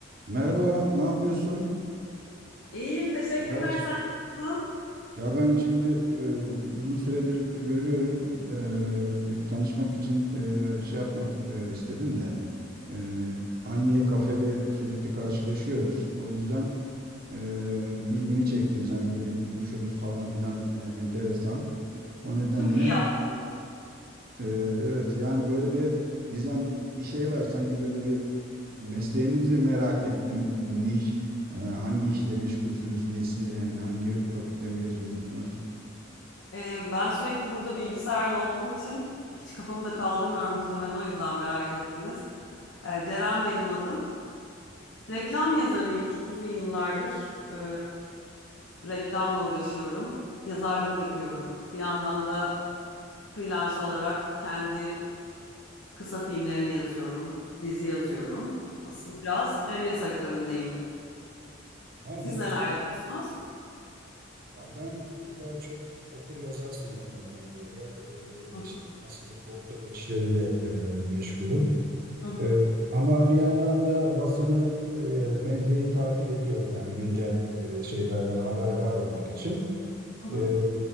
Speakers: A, on the right; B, on the left.
A: Merhaba, ne yapıyorsun?
B: İyiyim, teşekkürler.
A: Evet.
B: Sen nasılsın?
A: Ya ben şimdi e, uzun süredir görüyorum. E, bir tanışmak için e, şey yapmak e, istedim de e, aynı kafede sürekli karşılaşıyoruz. O yüzden e, ilgimi çektiniz. Hani böyle duruşunuz falan filan e, enteresan. O nedenle
B: Çok iyi yaptın.
A: Ee, evet yani böyle bir gizem bir şey var sanki böyle bir mesleğinizi merak ettim. Ne iş, e, hangi işle meşgulsünüz, nesi, e, hangi fakülte mezunusunuz?
B: Ee, ben sürekli burada bilgisayarla olduğum için hiç kafamı da kaldırmıyorum muhtemelen o yüzden merak ettiniz. Ee, Ceren benim adım. Reklam yazarıyım. Çok uzun yıllardır e, reklamla uğraşıyorum. Yazarlık yapıyorum. Bir yandan da freelance olarak kendi kısa filmlerimi yazıyorum, dizi yazıyorum. Aslında biraz medya sektöründeyim.
A: Ama
B: Siz
A: medya,
B: neler yapıyorsunuz?
A: ya ben daha çok okur yazar sınıfındanım böyle.
B: Hı
A: Ee,
B: hı,
A: işte master, doktora işleriyle e, meşgulüm.
B: hı hı,
A: Ee, ama bir yandan da basını, e, medyayı takip ediyorum yani güncel e, şeylerden haberdar olmak için.
B: hı
A: Ee,